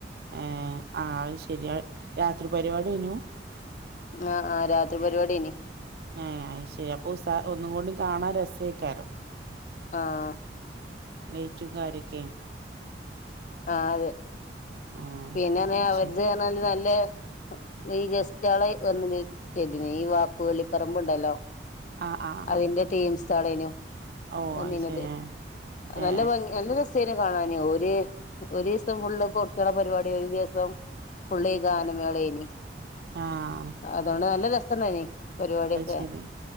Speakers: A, on the right; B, on the left.
A: ഏഹ് ആഹ് അത് ശരിയ രാത്രി പരിപാടിയെനു
B: ആഹ് ആഹ് രാത്രി പരിപാടിയന്
A: ഏഹ് അയ്ശരി അപ്പൊ ഒന്നും കൊണ്ടും കാണാൻ രസയിക്കാരോ
B: ആഹ്
A: ലൈറ്റും കാര്യംക്കെ
B: ആഹ് അതെ
A: ആ
B: പിന്നെ
A: അത്
B: അവർത്
A: ശരി
B: പറഞ്ഞാല് നല്ല ഈ ഗസ്റ്റളെ വന്നിതി ഈ വാപ്പു വളി പറമ്പ്ണ്ടല്ലോ
A: ആ ആ
B: അതിന്റെ
A: ആ
B: ടീംസളേനു
A: ഓ
B: വന്നീനതെ
A: അത് ശരി
B: നല്ല
A: ഏ ഏ
B: ഭംഗ നല്ല രസ കാണാന് ഒരു ഒരീസം ഫുള്ള് <unintelligible> പരിപാടി ഒരു ദിവസം ഫുൾ ഈ ഗാനമേളെനി
A: ആഹ്
B: അതൊണ്ട് നല്ല രസണ്ടനി പരിപാടിയോക്കെ
A: ശരി